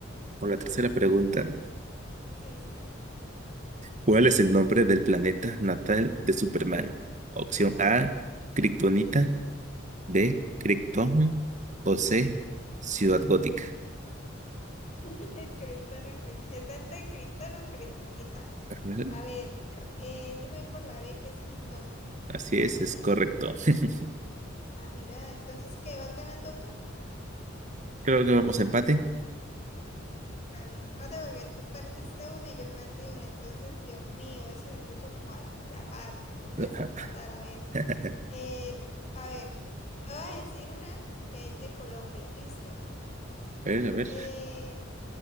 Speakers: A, on the right; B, on the left.
A: Por la tercera pregunta, ¿no?
B: Sí, sí.
A: ¿cuál es el nombre del planeta natal de Superman? Opción A, Kryptonita, B, Krypton o C, Ciudad Gótica.
B: <laughs> Criptono, crit- es tanto criptono, criptonita.
A: Ajá. Bueno,
B: A ver, eh, yo me voy por la B que es criptón.
A: así es, es correcto. <laughs>
B: Ah, mira, entonces, ¿qué vas ganando tú?
A: Creo que vamos a empate.
B: Sí, claro, un empate porque tú perdiste una y yo perdí una. Entonces, Dios mío, eso se puso como a la par. Toca
A: Ajá.
B: desempatar, a ver.
A: <laughs>
B: Eh, a ver, te voy a decir una que es de Colombia, listo.
A: A ver, a ver.
B: Eh,